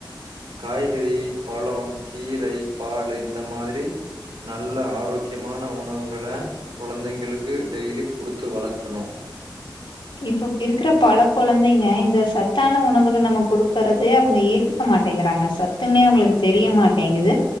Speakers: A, on the right; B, on the left.
A: காய்கறி பழோ கீரை பாலு இந்த மாதிரி நல்ல ஆரோக்கியமான உணவுகள குழந்தைங்களுக்கு டெய்லி குடுத்து வளக்கணு
B: இப்பப் இருக்கிற பல கொழந்தைங்க இந்த ச த்தான உணவுகள் நம்ம குடுக்குறத அவுங்க ஏத்துக்க மாட்டேங்கறாங்க சத்துன்னே அவுங்களுக்கு தெரிய மாட்டேங்குது